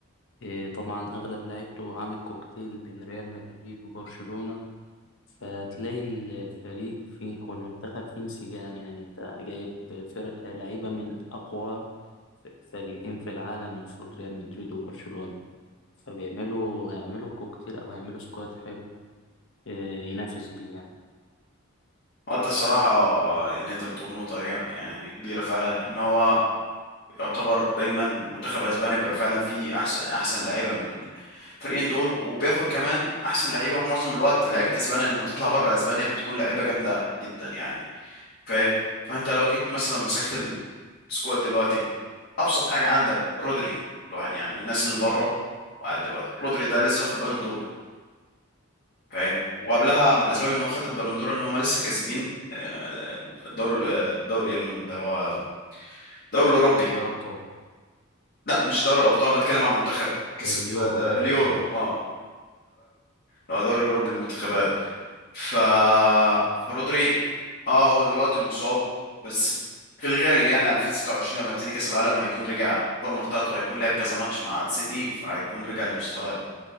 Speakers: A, on the left; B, on the left.
A: آه، طبعا أغلب لعيبته عامل كوكتيل بين ريال مدريد وبرشلونة فتلاقي الفريق فيه أو المنتخب فيه انسجام يعني أنت جايب فرق لعيبة من أقوى ف- فريقين في العالم المفروض ريال مدريد وبرشلونة فبيعملوا هيعملوا كوكتيل أو هيعملوا سكواد حلو آه، ينافس بيه يعني
B: وانت الصراحة آه، يعني انت بتقول نقطة يعني كبيرة فعلا ان هو يعتبر دايما منتخب اسبانيا بيبقى فعلا فيه احسن احسن لعيبة من الفريقين دول وبياخد كمان احسن لعيبة ومعظم الوقت لعيبة اسبانيا لما بتطلع بره اسبانيا بتكون لعيبة جامدة جدا يعني فاهم فانت لو جيت مثلا مسكت السكواد دلوقتي ابسط حاجه عندك رودري لو- يعني من الناس اللي بره وقاعد دلوقتي رودري ده لسه واخد بالون دور فاهم وقبلها من اسباب ان هو خد البالون دور ان هم لسه كاسبين آه، الدوري آه، الدوري الم- اللي هو الدوري الاوروبي
A: ده ربطه
B: لا مش دوري الابطال انا بتكلم عن المنتخب كسب
A: اليورو
B: آه،
A: اليورو
B: اليورو
A: اه
B: اه اللي هو دوري الاوروبي للمنتخبات ف فرودري اه هو دلوقتي مصاب بس في الغالب يعني 2026 لما يبتدي كأس العالم هيكون رجع الفورمه بتاعته هيكون لعب كذا ماتش مع السيتي فهيكون رجع لمستواه